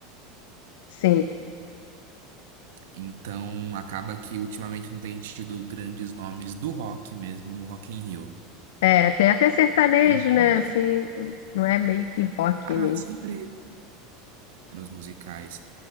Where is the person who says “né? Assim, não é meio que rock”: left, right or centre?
Left